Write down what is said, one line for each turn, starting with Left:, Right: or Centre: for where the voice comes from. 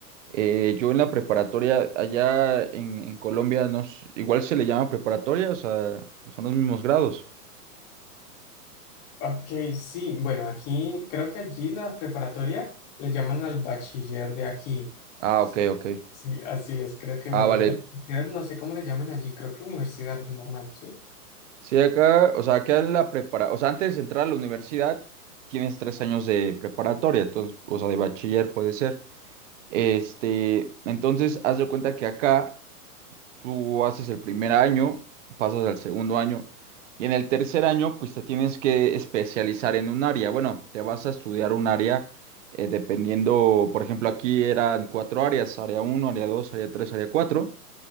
Right: Eh, yo en la preparatoria, allá en, en Colombia, no, s- igual se le llama preparatoria, o sea, son los mismos grados.
Left: Ok, sí, bueno, aquí creo que allí la preparatoria le llaman al bachiller de aquí.
Right: Ah,
Left: Sí,
Right: ok, ok.
Left: sí, así es. Creo que, bueno,
Right: Ah, vale.
Left: ya la universidad, no sé cómo le llaman allí, creo que universidad normal, ¿sí?
Right: Sí, acá, o sea, acá en la prepara, o sea, antes de entrar a la universidad, tienes tres años de preparatoria, entonces, o sea, de bachiller puede ser. Este, entonces, haz de cuenta que acá. Tú haces el primer año, pasas al segundo año y en el tercer año pues te tienes que especializar en un área. Bueno, te vas a estudiar un área eh, dependiendo, por ejemplo, aquí eran cuatro áreas, área uno área dos área tres área cuatro